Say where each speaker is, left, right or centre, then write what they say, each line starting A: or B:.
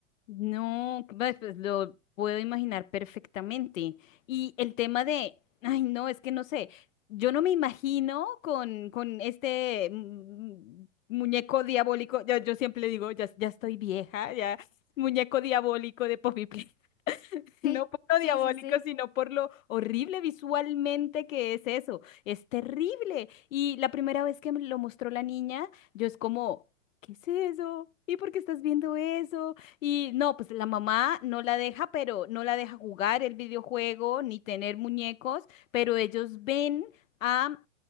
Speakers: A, on the left; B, on the left.
A: No, pues pues, lo puedo imaginar perfectamente. Y el tema de, ay, no, es que no sé, yo no me imagino con, con este mm, muñeco diabólico, yo, yo siempre le digo, ya, ya estoy vieja, ya, muñeco diabólico de Poppy Playtime. <laughs>
B: Sí,
A: No por lo
B: sí,
A: diabólico,
B: sí, sí.
A: sino por lo horrible visualmente que es eso. Es terrible. Y la primera vez que me lo mostró la niña, yo es como... ¿Qué es eso? ¿Y por qué estás viendo eso? Y no, pues la mamá no la deja, pero no la deja jugar el videojuego ni tener muñecos, pero ellos ven a